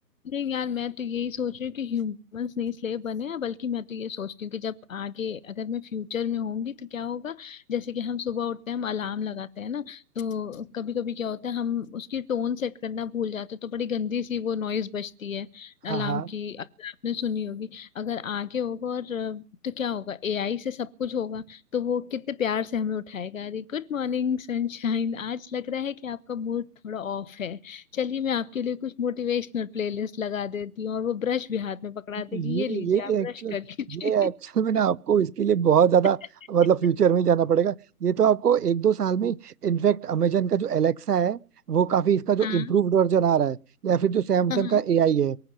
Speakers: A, on the left (about 55°); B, on the right (about 75°).
A: नहीं यार मैं तो यही सोच रही हूँ कि ह्यूमंस नहीं स्लेव बने हैं बल्कि मैं तो ये सोचती हूँ कि जब आगे अगर मैं फ्यूचर में होंगी तो क्या होगा जैसे कि हम सुबह उठते हैं हम अलार्म लगाते हैं ना तो कभी कभी क्या होता है हम उसकी टोन सेट करना भूल जाते हैं तो बड़ी गंदी सी वो नॉइज बजती है
B: हाँ
A: अलार्म
B: हाँ
A: की अगर आपने सुनी होगी अगर आगे होगा और अ, तो क्या होगा एआई से सब कुछ होगा तो वो कितने प्यार से हमें उठाएगा अरे गुड मॉर्निंग सनशाइन आज लग रहा है कि आपका मूड थोड़ा ऑफ है चलिए मैं आपके लिए कुछ मोटिवेशनल प्लेलिस्ट लगा देती हूँ और वो ब्रश भी हाथ में पकड़ा देगी
B: ये
A: ये लीजिए
B: ये
A: आप
B: एक्चुअल
A: ब्रश कर लीजिए
B: ये एक्चुअल में ना आपको इसके लिए बहुत ज्यादा
A: <laughs>
B: मतलब फ्यूचर में ही जाना पड़ेगा ये तो आपको एक दो साल में इनफैक्ट अमेजन का जो एलेक्सा है वो काफी इसका जो
A: हाँ
B: इम्प्रूव्ड वर्जन आ रहा है या फिर जो सैमसंग
A: हाँ
B: का एआई है